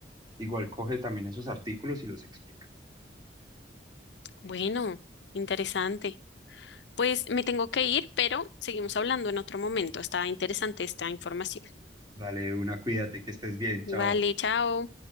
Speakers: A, on the right; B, on the left.
A: igual coge también esos artículos y los explica.
B: Bueno, interesante. Pues me tengo que ir, pero seguimos hablando en otro momento. Está interesante esta información.
A: Dale una, cuídate, que estés bien, chao.
B: Vale, chao.